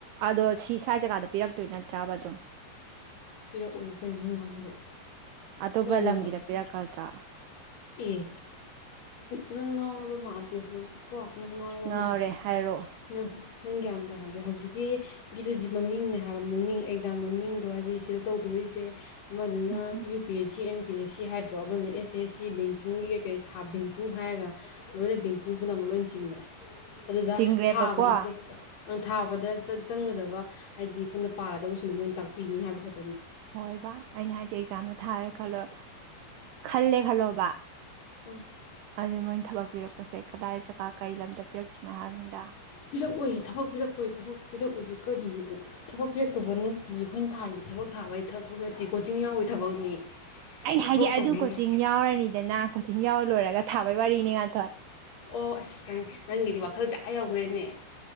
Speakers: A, on the right; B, on the left.
A: ꯑꯗꯣ ꯁꯤ ꯁ꯭ꯋꯥꯏ ꯖꯒꯥꯗ ꯄꯤꯔꯛꯇ ꯑꯗꯨꯏꯅ ꯇ꯭ꯔꯥꯕ ꯑꯗꯨꯝ
B: ꯄꯤꯔꯛꯎꯏ ꯀꯔꯤꯅꯣ ꯈꯪꯗꯣ
A: ꯑꯇꯣꯞꯄ
B: ꯈꯣꯏꯅꯅꯕ
A: ꯂꯝꯒꯤꯗ ꯄꯤꯔꯛꯀꯗ꯭ꯔꯥ
B: ꯑꯦ ꯅꯪ ꯉꯥꯎꯅꯕ ꯃꯥꯥꯛꯂꯦ ꯅꯪ ꯀꯣ ꯅꯪ ꯉꯥꯎꯔꯝꯕ
A: ꯉꯥꯎꯔꯦ
B: ꯃꯈꯜꯦ
A: ꯍꯥꯏꯔꯛꯑꯣ
B: ꯅꯪ ꯅꯪ ꯒ꯭ꯌꯥꯟ ꯇꯥꯗ꯭ꯔꯦ ꯍꯧꯖꯤꯛꯀꯤꯗꯨꯗꯤ ꯃꯃꯤꯡꯅꯦ ꯍꯥꯏꯕ ꯃꯃꯤꯡ ꯑꯦꯛꯖꯥꯝ ꯃꯃꯤꯡꯗꯣ ꯍꯥꯏꯗꯤ ꯁꯤꯗ ꯇꯧꯗꯣꯔꯤꯁꯦ ꯑꯃꯗꯨꯅ
A: ꯎꯝ
B: U P S C M P S C ꯍꯥꯏꯗ꯭ꯔꯣ ꯑꯃꯅ ꯑꯦꯁ ꯑꯦꯁ ꯁꯤ ꯁꯤ ꯕꯦꯡꯀꯤꯡꯒꯤ ꯀꯩꯀꯩ ꯊꯥ ꯕꯦꯡꯀꯤꯡ ꯍꯥꯏꯔꯒ ꯂꯣꯏꯅ ꯕꯦꯡꯀꯤꯡ ꯄꯨꯝꯅꯃꯛ ꯂꯣꯏꯅ ꯆꯤꯡꯈ꯭ꯔꯦ ꯑꯗꯨꯗ
A: ꯆꯤꯡꯈ꯭ꯔꯦꯕꯀꯣ
B: ꯊꯥꯕꯗ ꯆꯦ ꯊꯥꯕꯗ ꯆꯪꯒꯗꯕ ꯍꯥꯏꯗꯤ ꯑꯩꯈꯣꯏꯅ ꯄꯥꯒꯗꯕꯁꯤꯡꯅ ꯃꯣꯏꯅ ꯇꯥꯛꯄꯤꯅꯤ ꯍꯥꯏꯕ ꯈꯛꯇ
A: ꯍꯣꯏ ꯕꯥ ꯑꯩꯅ ꯍꯥꯏꯁꯦ ꯑꯦꯛꯖꯥꯝꯗ ꯊꯥꯔꯦ ꯈꯜꯂꯣ ꯈꯜꯂꯦ ꯈꯜꯂꯣꯕ
B: ꯎꯝ
A: ꯑ ꯃꯣꯏꯅ ꯊꯕꯛ ꯄꯤꯔꯛꯄꯁꯦ ꯀꯗꯥꯏ ꯖꯒꯥꯥ ꯀꯩ ꯂꯝꯗ ꯄꯤꯔꯛꯇꯣꯏꯅꯣ ꯍꯥꯏꯕꯅꯤꯗ
B: ꯄꯤꯔꯛꯑꯣꯏ ꯊꯕꯛ ꯄꯤꯔꯛꯄꯣꯏ ꯊꯕꯛ ꯄꯤꯔꯛꯎꯏꯌꯦꯀꯣ ꯀꯔꯤ ꯊꯕꯛ ꯑꯇꯣꯞꯄ ꯅꯠꯇꯦ ꯑꯩꯈꯣꯏꯅ ꯊꯥꯒꯤ ꯊꯕꯛ ꯊꯥꯕꯒꯤ ꯊꯕꯛ ꯅꯠꯇꯦ ꯀꯣꯆꯤꯡ ꯌꯥꯎꯕꯒꯤ ꯊꯕꯛꯅꯤ
A: ꯑꯩꯅ
B: ꯊꯕꯛ
A: ꯍꯥꯏꯗꯤ ꯑꯗꯨ
B: ꯇꯧꯅꯕ
A: ꯀꯣꯆꯤꯡ ꯌꯥꯎꯔꯅꯤꯗꯅ ꯀꯣꯆꯤꯡ ꯌꯥꯎꯔ ꯂꯣꯏꯔꯒ ꯊꯥꯕ ꯋꯥꯔꯤꯅꯤ ꯉꯥꯊꯣꯏ
B: ꯑꯣ ꯑꯁ ꯅꯪꯗ ꯋꯥ ꯈꯜꯖꯦ ꯑꯥ ꯌꯧꯈ꯭ꯔꯦꯅꯦ